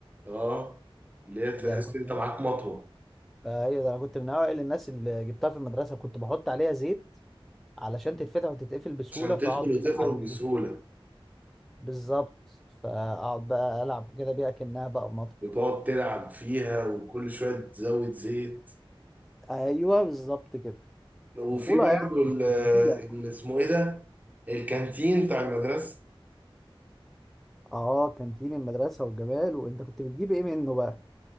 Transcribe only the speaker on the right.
اه اللي هي تحس
انت معاك مطوه
عشان
تدخل وتخرج
بسهوله
وتقعد تلعب فيها وكل شويه تزود زيت
وفي
برضه
ال-
اللي اسمه ايه ده الكانتين بتاع المدرسه